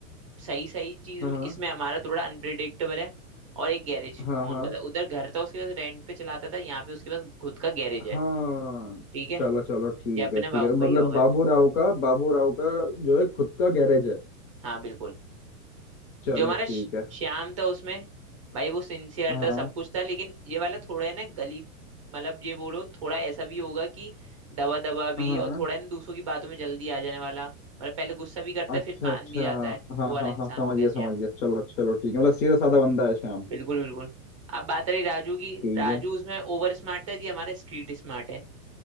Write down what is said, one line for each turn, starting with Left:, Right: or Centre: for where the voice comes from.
Right: सही सही चीज
Left: हाँ
Right: में- इसमें हमारा थोड़ा अनप्रिडिक्टेबल है और एक गैरेज
Left: हाँ
Right: ऑन
Left: हाँ हाँ
Right: करता है उधर घर था उसके पास रेंट पे चलाता था यहाँ पे उसके पास खुद का गैरेज है
Left: हाँ
Right: ठीक है
Left: चलो चलो ठीक
Right: ये अपने
Left: है ठीक
Right: बाबू
Left: है
Right: भैया
Left: मतलब
Right: हो गए
Left: बाबू राव का बाबू राव का जो है खुद का गैरेज है
Right: हाँ बिल्कुल
Left: चलो
Right: जो हमारा
Left: ठीक
Right: श-
Left: है
Right: श्याम था उसमें भाई वो सिंसियर
Left: हाँ
Right: था सब कुछ था लेकिन ये वाला थोड़ा है ना गली मतलब ये बोलो थोड़ा ऐसा भी होगा कि दबा दबा भी
Left: हाँ
Right: और थोड़ा है ना दूसरों की बातों में जल्दी आ जाने वाला मतलब पहले गुस्सा भी करता
Left: अच्छा
Right: है फिर मान
Left: अच्छा
Right: भी जाता है
Left: हाँ
Right: वो वाला
Left: हाँ
Right: इंसान
Left: हाँ समझ
Right: हो गया
Left: गया समझ गया चलो चलो ठीक है मतलब सीधा साधा बंदा है श्याम
Right: बिल्कुल बिल्कुल अब बात रही राजू की
Left: ठीक
Right: राजू
Left: है
Right: उसमें ओवर स्मार्ट है ये हमारे स्ट्रीट स्मार्ट है